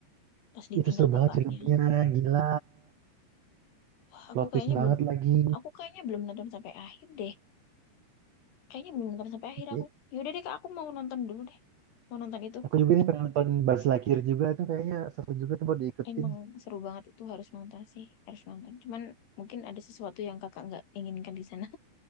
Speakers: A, on the left (about 80°); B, on the right (about 65°).
A: pas ditinggal
B: itu seru
A: bapaknya
B: banget filmnya gila
A: wah aku
B: plot
A: kayaknya
B: twist banget
A: belum
B: lagi
A: aku kayaknya belum nonton sampai akhir deh Kayaknya belum nonton sampai akhir
B: Ih,
A: aku. Yaudah deh, Kak, aku mau nonton dulu deh. Mau nonton itu.
B: aku juga nih pengen nonton Buzz Lightyear juga itu kayaknya seru juga tuh buat diikutin
A: Emang seru banget itu harus nonton sih, harus nonton. Cuman mungkin ada sesuatu yang kakak nggak inginkan di sana.